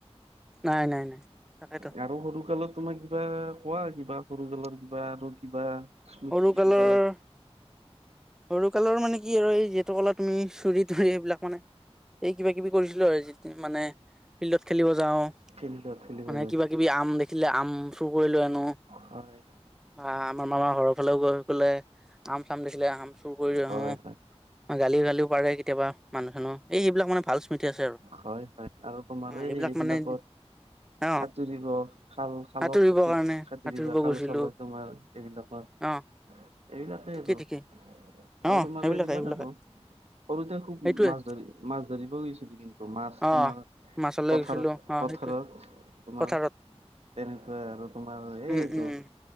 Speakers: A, in the centre; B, on the right.
A: নাই - নাই- নাই তাকেতো।
B: আৰু সৰু কালত তোমাৰ কিবা? কোৱা কিবা সৰুকালৰ কিবা আৰু। কিবা? স্মৃতি
A: সৰু কালৰ
B: কিবা
A: সৰু কালৰ মানে। কি আৰু এই যিহেতু ক'লা তুমি চুৰি তুৰি সেইবিলাক মানে। এই কিবা-কিবি কৰিছিলোঁ। <unintelligible> মানে ফিল্ডত খেলিব যাওঁ।
B: ফিল্ডত ফিল্ডত
A: মানে কিবা-কিবি আম দেখিলে আম চুৰ কৰি লৈ আনো,
B: হয়
A: বা আমাৰ মামাৰ ঘৰৰ। গৈ পেলাই আম-চাম দে। এ আম চুৰ কৰি
B: হয়
A: আহো
B: হয়
A: গালি গালি। গালিও পাৰে কেতিয়াবা মানুহ-চানুহ এই এইবিলাক মানে ভাল স্মৃতি। আছে আৰু
B: হয়, হয় আৰু তোমাৰ
A: হা সেইবিলাক
B: এই এইবিলাকত,
A: মানে অ
B: সাতুৰিব খাল খালত
A: সাঁতুৰিবৰ
B: স
A: কাৰণে
B: সাতুৰিব
A: সাঁতুৰিব
B: খাল-চাল
A: গৈছিলো
B: তোমাৰ এইবিলাকৰ।
A: অ
B: এইবিলাকেই
A: ঠিকে
B: আৰু।
A: ঠিকে
B: আৰু
A: অ
B: তোমাৰ
A: সেইবিলাকে
B: এইবিলাক
A: সেইবিলাকে
B: আৰু, সৰুতে খুব
A: সেইটোৱে
B: মাছ ধৰি মাছ ধৰিব গৈছিলো কিন্তু। মাছ
A: অ
B: তোমাৰ
A: মাছলৈ
B: পথাৰত
A: গৈছিলো অ
B: পথাৰত
A: সেইটোৱে
B: তোমাৰ
A: পথাৰত
B: তেনেকুৱা আৰু তোমাৰ এইটো।
A: উম উম